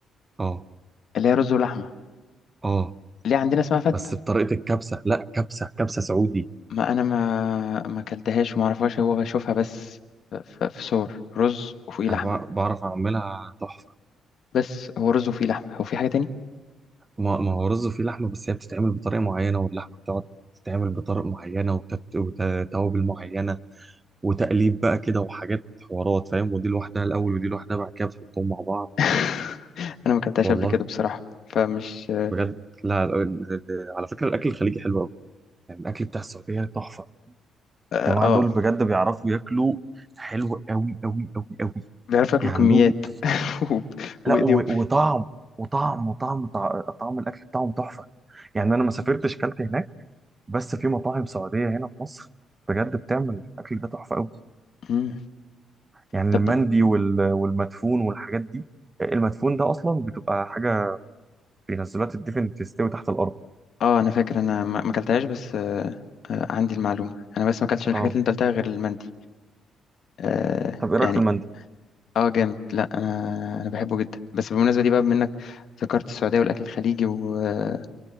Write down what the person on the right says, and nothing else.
اه
اه
بس بطريقه الكبسه لا كبسه كبسه سعودي
انا بع- بعرف اعملها تحفه
ما ما هو رز فيه لحمة بس هي بتتعمل بطريقة معينة واللحمة بتقعد تتعمل بطرق معينة وتت- وتوابل معينة وتقليب بقى كده وحاجات حوارات فاهم ودي لوحدها الأول ودي لوحدها بعد كده بتحطهم مع بعض
والله
بجد لا ال- ال- على فكرة الأكل الخليجي حلو أوي يعني الأكل بتاع السعودية تحفة
الجماعة
دول بجد بيعرفوا ياكلوا حلو أوي أوي أوي أوي
يعني
عندهم
لا و- وطعم وطعم وطعم طع- طعم الأكل بتاعهم تحفة يعني أنا ما سافرتش كلت هناك بس في مطاعم سعودية هنا في مصر بجد بتعمل الأكل ده تحفة أوي
يعني
المندي وال- والمدفون والحاجات دي المدفون ده أصلا بتبقى حاجة بينزلوها تدفن تستوي تحت الأرض
اه
طب إيه رأيك
في المندي؟